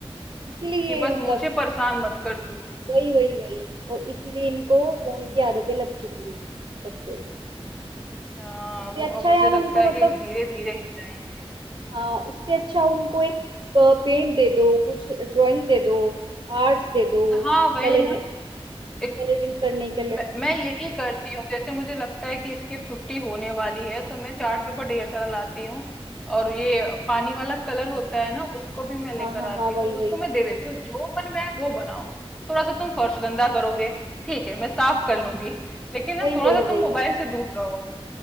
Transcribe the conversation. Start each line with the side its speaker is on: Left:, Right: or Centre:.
Right: है इसीलिए
Centre: कि बस
Right: मतलब
Centre: मुझे परेशान मत कर तू
Right: वही वही वही और इसीलिए इनको फोन की आदतें लग चुकी हैं बच्चों को
Centre: हाँ
Right: इससे
Centre: वो अब
Right: अच्छा
Centre: मुझे
Right: यार
Centre: लगता
Right: उनको
Centre: है
Right: मतलब
Centre: कि धीरे धीरे ही जाएंगे
Right: हाँ इससे अच्छा उनको एक पेंट दे दो कुछ ड्राइंग दे दो आर्ट्स दे दो
Centre: हाँ वही
Right: कलर
Centre: ना एक
Right: कलरिंग करने के लिए
Centre: मैं मैं यही करती हूँ जैसे मुझे लगता है कि इसकी अब छुट्टी होने वाली है तो मैं चार्ट पेपर ढेर सारा लाती हूँ और ये पानी वाला कलर होता है ना उसको भी मैं लेकर
Right: हाँ हाँ
Centre: आती
Right: हाँ
Centre: हूँ
Right: वही वही
Centre: उसको मैं दे देती हूँ जो मन में है वो बनाओ थोड़ा सा तुम फर्श गंदा करोगे ठीक है मैं साफ कर लूंगी लेकिन ना
Right: वही
Centre: थोड़ा
Right: वही
Centre: सा तुम
Right: वही
Centre: मोबाइल से दूर रहो